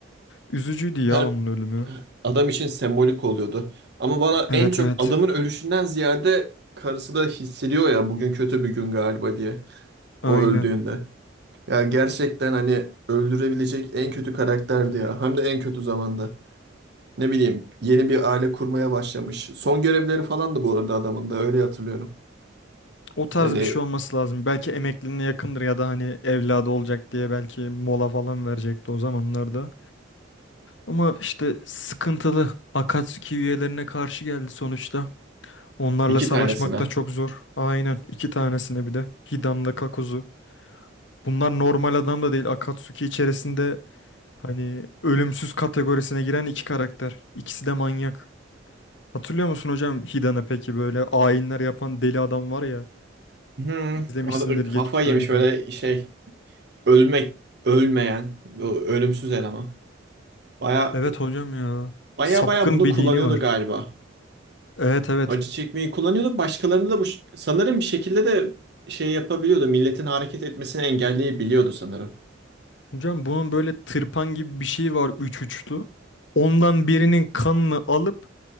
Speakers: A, on the left; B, on the right.
A: Üzücüydü ya
B: Her
A: onun ölümü.
B: adam için sembolik oluyordu. Ama bana
A: Evet
B: en çok
A: evet.
B: adamın ölüşünden ziyade karısı da hissediyor ya bugün kötü bir gün galiba diye. O
A: Aynen.
B: öldüğünde. Ya gerçekten hani öldürebilecek en kötü karakterdi ya. Hem de en kötü zamanda. Ne bileyim yeni bir aile kurmaya başlamış. Son görevleri falan da bu arada adamın da öyle hatırlıyorum.
A: O tarz
B: Hani
A: bir şey olması lazım. Belki emekliliğine yakındır ya da hani evladı olacak diye belki mola falan verecekti o zamanlarda. Ama işte sıkıntılı. Akatsuki üyelerine karşı geldi sonuçta. Onlarla
B: iki
A: savaşmak
B: tanesine.
A: da çok zor. Aynen. İki tanesine bir de. Hidan'la Kakuzu. Bunlar normal adam da değil. Akatsuki içerisinde hani ölümsüz kategorisine giren iki karakter. İkisi de manyak. Hatırlıyor musun hocam Hidan'ı peki böyle ayinler yapan deli adam var ya.
B: Hmm,
A: İzlemişsindir
B: ad-
A: geçmiş
B: kafa yemiş
A: bölümlerde.
B: böyle şey ölmek ölmeyen bu ölümsüz eleman. Baya
A: Evet hocam ya.
B: baya
A: Sapkın
B: baya bunu
A: bir
B: kullanıyordu
A: dini var.
B: galiba.
A: Evet evet.
B: Acı çekmeyi kullanıyordu. Başkalarını da bu ş- sanırım bir şekilde de şey yapabiliyordu. Milletin hareket etmesini engelleyebiliyordu sanırım.
A: Hocam bunun böyle tırpan gibi bir şey var üç uçlu. Ondan birinin kanını alıp